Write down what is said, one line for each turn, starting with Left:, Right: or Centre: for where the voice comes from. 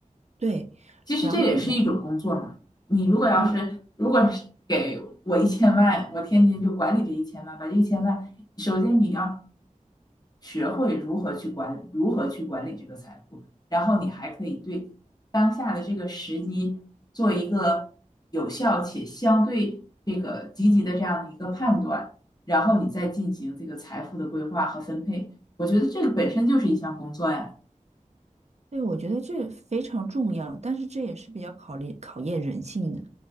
Right: 对，
Left: 其实这也是一种工作嘛。
Right: 然后我，
Left: 你如果要是如果是给我一千万，
Right: 嗯，
Left: 我天天就管理这一千万，把这一千万，首先你要学会如何去管，如何去管理这个财富，然后你还可以对当下的这个时机做一个有效且相对这个积极的这样的一个判断，然后你再进行这个财富的规划和分配。我觉得这个本身就是一项工作呀，
Right: 对，我觉得这非常重要，但是这也是比较考虑考验人性的。